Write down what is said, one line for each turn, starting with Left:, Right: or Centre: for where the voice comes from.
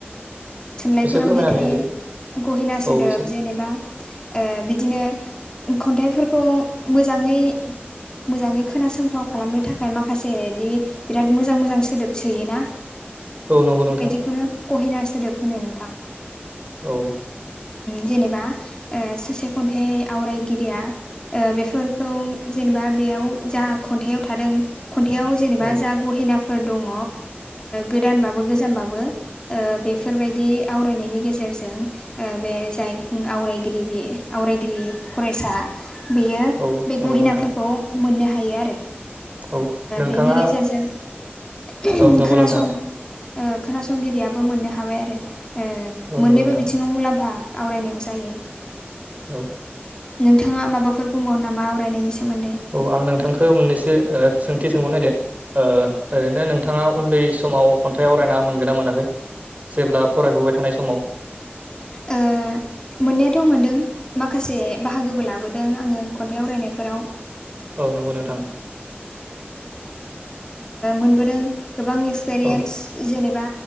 Left: थुनलाइफोरावदि
Right: एसे फोरमायनानै
Left: थायो
Right: होदो
Left: गहेना सोदोब
Right: औ एसे
Left: जेनेबा बिदिनो खन्थाइफोरखौ मोजाङै मोजाङै खोनासंथाव खालामनो थाखाय माखासे बिदि बिराद मोजां मोजां सोदोब सोयोना
Right: औ नंगौ नोंथां।
Left: बेखौनो अहेना सोदोब होनो नोंथां।
Right: औ
Left: जेनेबा सासे खन्थाइ आवरायगिरिया बेफोरखौ जेनेबा बेयाव जा खन्थाइयाव थादों। खन्थाइाव जेनेबा
Right: औ
Left: जा गहेनाफोर दङ गोदानबाबो गोजामबाबो बेफोरबायदि आवरायनायनि गेजेरजों बे जाय आवरायगिरि आवरायगिरि फरायसा बेयो
Right: औ
Left: बे
Right: नंगौ
Left: गहिनाफोरखौ
Right: नोंथां
Left: मोननो हायो आरो।
Right: औ नोंथाङा
Left: बेनि गेजेरजों
Right: औ नंगौ
Left: खोनासं
Right: नोंथां
Left: खोनासंगिरियाबो मोननो हाबाय आरो
Right: औ नंगौ
Left: मोननैबो
Right: नोंथां
Left: बिथिङाव मुलाम्फा आवरायनायाव जायो।
Right: औ
Left: नोंथाङा माबाफोर बुंबावो नामा आवरायनायनि सोमोन्दै?
Right: औ आं नोंथांखौ मोननैसो सोंथि सोंबावनो नदो- ओरैनो नोंथाङा उन्दै समाव खन्थाइ आवरायना मोनगोन ना मोनाखै जेब्ला फरायसुबाय थानाय समाव-?
Left: ओ मोननायाथ' मोनदों माखासे बाहागोबो लाबोदों आङो खन्थाइ आवरायनायफोराव।
Right: औ नंगौ नोंथां।
Left: मोनबोदों गोबां एक्सपिरियेन्स
Right: औ
Left: जेनेबा